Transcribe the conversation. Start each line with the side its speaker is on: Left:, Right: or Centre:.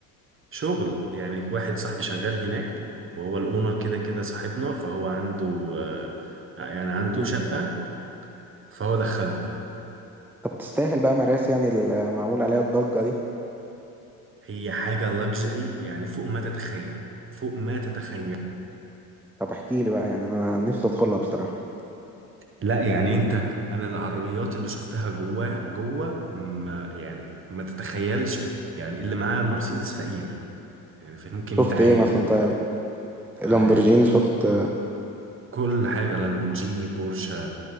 Right: شغل يعني واحد صاحبي شغال هناك وهو الاونر كده كده صاحبنا فهو عنده آه، يعني عنده
Centre: مم.
Right: شقة فهو دخلنا
Centre: طب تستاهل بقى مراس يعني المعمول عليها الضجة دي
Right: هي حاجة لاكجري يعني فوق ما تتخيل فوق ما تتخيل
Centre: طب احكي لي بقى يعني انا نفسي ادخلها بصراحة
Right: لا يعني انت انا العربيات اللي شفتها جوه جوه ما يعني ما تتخيلش يعني اللي معاه مرسيدس فقير يعني فممكن
Centre: شفت
Right: يتعاير
Centre: ايه مثلا طيب لامبورجيني
Right: آه،
Centre: شفت
Right: كل حاجة لامبورجيني بورشة